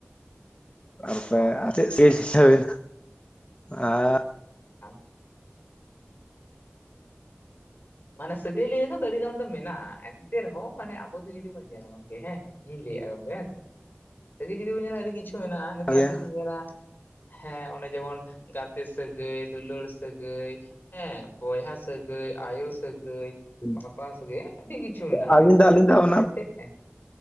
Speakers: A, on the left (about 25°); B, on the left (about 45°).
A: ᱛᱟᱨᱯᱚ
B: ᱦᱳᱭ ᱦᱳᱭ
A: ᱨᱮ ᱪᱮᱫ᱾ <unintelligible>
B: <inaudible> ᱢᱟᱱᱮ ᱥᱟᱹᱜᱟᱹᱭ ᱞᱟᱹᱭ ᱞᱮᱠᱷᱟᱱ ᱫᱚ ᱟᱹᱰᱤ ᱜᱟᱱ ᱫᱚ ᱢᱮᱱᱟᱜᱼᱟ, ᱮᱱᱛᱮ ᱨᱮᱦᱚᱸ ᱢᱟᱱᱮ ᱟᱵᱚ ᱫᱚ ᱡᱩᱫᱤ ᱵᱚᱱ ᱧᱮᱞᱟ ᱜᱚᱝᱠᱮ ᱦᱮᱸ, ᱤᱧ ᱞᱟᱹᱭᱮᱫᱼᱟ ᱜᱚᱝᱠᱮ ᱦᱮᱸ ᱥᱮ ᱾ᱥᱟᱹᱜᱟᱹᱭ ᱡᱩᱫᱤ ᱵᱚᱱ ᱞᱟᱹᱭᱟ ᱡᱩᱫᱤ ᱟᱹᱰᱤ ᱠᱤᱪᱷᱩ ᱢᱮᱱᱟᱜᱼᱟ ᱾ ᱱᱮᱛᱟᱨ
A: ᱤᱭᱟᱹ
B: ᱡᱩᱫᱤᱧ ᱧᱮᱞᱟ, ᱦᱮᱸ ᱚᱱᱮ ᱡᱮᱢᱚᱱ ᱜᱟᱛᱮ ᱥᱟᱹᱜᱟᱹᱭ, ᱫᱩᱞᱟᱹᱲ ᱥᱟᱹᱜᱟᱹᱭ, ᱦᱮᱸ ᱵᱚᱭᱦᱟ ᱥᱟᱹᱜᱟᱹᱭ, ᱟᱭᱳ᱾ ᱥᱟᱹᱜᱟᱹᱭ,
A: ᱦᱮᱸ
B: ᱵᱟᱵᱟ ᱥᱟᱹᱜᱟᱹᱭ, ᱟᱹᱰᱤ ᱠᱤᱪᱷᱩ ᱢᱮᱱᱟᱜᱼᱟ
A: ᱟᱹᱞᱤᱧ
B: ᱦᱮᱸᱥᱮ
A: ᱫᱚ ᱟᱹᱞᱤᱧ ᱫᱚ ᱚᱱᱟ
B: ᱮᱱᱛᱮᱫ,